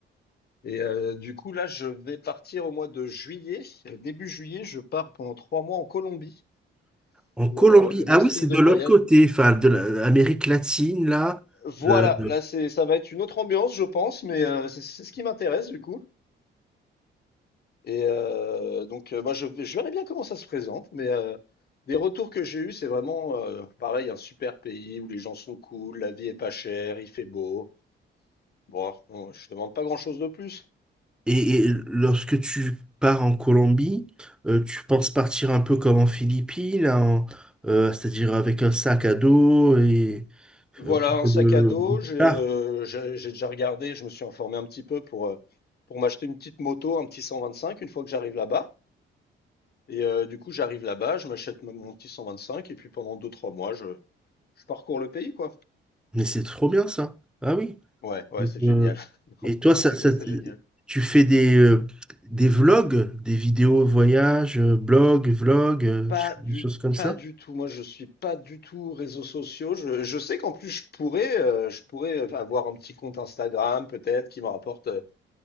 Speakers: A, on the left; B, in the centre.
A: Et euh, du coup, là, je vais partir au mois de juillet. Euh, Début juillet, je pars pendant trois mois en Colombie
B: En
A: pour
B: Colombie,
A: euh, le même
B: ah oui,
A: style
B: c'est
A: de
B: de
A: voyage.
B: l'autre côté, enfin de l'Amérique latine, là.
A: Voilà,
B: Euh,
A: là, c'est, ça va être une autre ambiance, je pense, mais euh, c'est c'est ce qui m'intéresse, du coup. Et euh, donc, euh, bah, je, je verrai bien comment ça se présente, mais euh, des retours que j'ai eus, c'est vraiment euh, pareil, un super pays où les gens sont cool, la vie est pas chère, il fait beau. Bon, on- je demande pas grand-chose de plus.
B: et, et lorsque tu pars en Colombie, euh, tu penses partir un peu comme en Philippines, en- euh, c'est-à-dire avec un sac à dos et
A: Voilà,
B: euh,
A: un
B: le-
A: sac
B: le- le-
A: à dos,
B: le-
A: j'ai euh,
B: ah,
A: j'ai j'ai déjà regardé, je me suis informé un petit peu pour, euh, pour m'acheter une petite moto, un petit 125 une fois que j'arrive là-bas. Et euh, du coup, j'arrive là-bas, je m'achète mon mon petit 125 et puis pendant deux-trois mois, je, je parcours le pays, quoi.
B: Mais c'est trop bien ça. Ah oui.
A: Ouais, ouais,
B: Donc,
A: c'est génial.
B: euh,
A: <laughs>
B: et toi,
A: Premier
B: ça,
A: degré,
B: ça
A: c'est
B: t-
A: génial.
B: tu fais des, euh, des vlogs, des vidéos voyage, euh, blog, vlog, euh,
A: Pas
B: tu fais
A: du,
B: des choses comme
A: pas
B: ça?
A: du tout. Moi, je suis pas du tout réseaux sociaux. Je, je sais qu'en plus, je pourrais, euh, je pourrais euh, avoir un petit compte Instagram, peut-être, qui me rapporte euh,